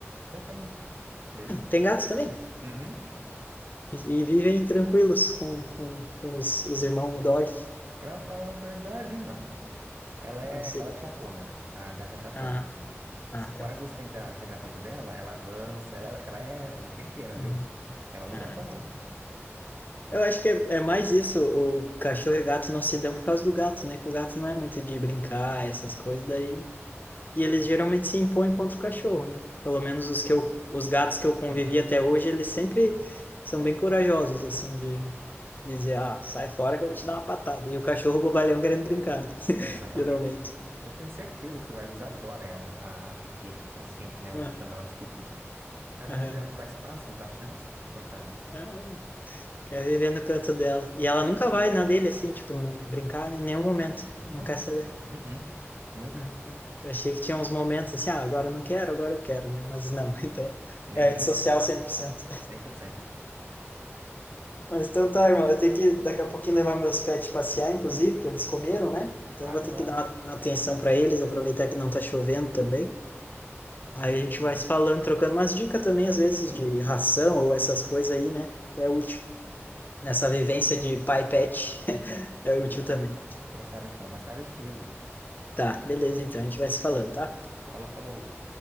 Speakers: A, on the right; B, on the left.
A: Eu tenho, acredita?
B: Tem gatos também?
A: Uhum.
B: E, e vivem tranquilos com, com os, os irmãos dog?
A: Pra falar a verdade, não. Ela
B: Não
A: é,
B: sei.
A: ela é chatona. A gata é chatona.
B: Ah,
A: Se
B: ah, tá.
A: o Argus tenta chegar perto dela, ela avança. Ela, é- ela é encrenqueira, viu?
B: Uhum.
A: Ela não
B: Ah,
A: gosta,
B: então.
A: não.
B: Eu acho que é, é mais isso. O cachorro e gato não se dão por causa do gato, né? Que o gato não é muito de brincar, essas coisas. Daí E eles
A: Tá?
B: geralmente se impõem contra o cachorro, né? Pelo menos os que eu, os gatos que eu convivi
A: Uhum.
B: até hoje, eles sempre são bem corajosos, assim, de dizer, ah, sai fora que eu vou te dar uma patada. E o cachorro bobalhão querendo brincar, né? <laughs>
A: Exatamente.
B: Geralmente.
A: Eu tenho certeza que o Argus adora ela, a, a Fifi. A Sphinx, né? Eu
B: Aham,
A: chamo ela de Fifi. Mas
B: aham.
A: ela não dá, não dá espaço, não dá chance. Coitado.
B: Ah, Quer viver no canto dela. E ela nunca vai na dele, assim, tipo, não brincar em nenhum momento.
A: Imagina.
B: Não
A: Não,
B: quer
A: não.
B: saber.
A: Uh-uh. Nunca.
B: Aham. Eu achei que tinha uns momentos assim, ah, agora eu não quero, agora eu quero, né? Mas não, <laughs> então,
A: Nem
B: é antissocial
A: isso.
B: cem por cento
A: 100%.
B: Mas então tá, irmão. Eu tenho que daqui a pouquinho levar meus pets passear, inclusive, que eles comeram, né? Então
A: Claro,
B: eu vou ter
A: claro.
B: que dar uma uma atenção para eles, aproveitar que não tá chovendo também. Aí
A: Beleza.
B: a gente vai se falando, trocando umas dicas também, às vezes, de ração ou essas coisas aí, né? Que é útil. Nessa vivência de pai e pet, <laughs> é útil também.
A: Fechado então. Mais tarde eu te ligo.
B: Tá, beleza, então. A gente vai se falando, tá?
A: Falou, falou.